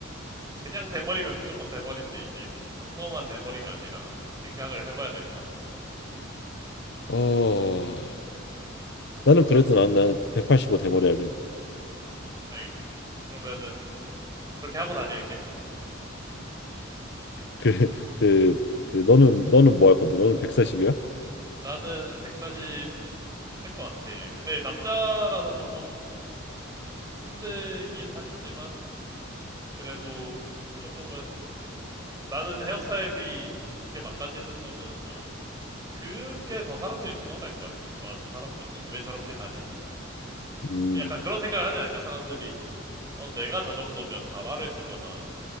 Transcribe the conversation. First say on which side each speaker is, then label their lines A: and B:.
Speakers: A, on the right (about 20°); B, on the left (about 60°).
A: 그냥 대머리면 무조건 대머리인데 이게 평범한 대머리가 아니라 생각을 해봐야 될 것 같네.
B: 어 나는
A: 그럼,
B: 그래도 난 나는 185 대머리 할래.
A: 알겠어. 그러면은 그렇게 하고 다녀, 이제.
B: 그, 그, 그 너는 너는 뭐 할 건데? 너는 140이야?
A: 나는 140 할 것 같아. 근데 남자라서 조금 힘들긴 하겠지만, 그래도 조금은, 나는 헤어스타일이 그렇게 망가지는 거는 좀, 그게 더 사람들이 도망갈 것 같은데. 와, 저 사람 뭐지? 왜 저렇게 다니지?
B: 음,
A: 약간 그런 생각을 하지 않을까? 사람들이, 어, 내가 저 정도면 가발을 쓰거나,